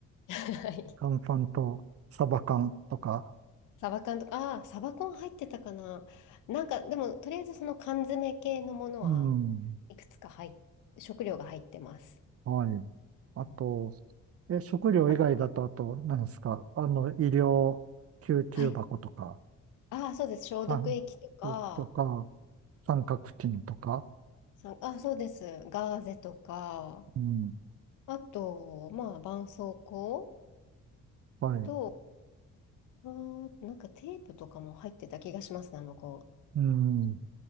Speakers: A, on the left (about 85°); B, on the right (about 50°).
A: <laughs> はい。
B: 乾パンとサバ缶とか。
A: サバ缶とか、ああ、サバ缶入ってたかな。なんか、でも、とりあえずその缶詰系のものは
B: うん。
A: いくつか入っ、食料が入ってます。
B: はい。あと、
A: うん
B: え、食料以外だと、
A: あ、
B: あと、何ですか。あの、医療救急箱とか、
A: はい。ああ、そうです。消毒液とか、
B: 三と、とか、三角巾とか。
A: さあ、そうです。ガーゼとか、
B: うん。
A: あと、まあ、絆創膏
B: はい。
A: と、あー、なんかテープとかも入ってた気がしますね、あの子。
B: うん。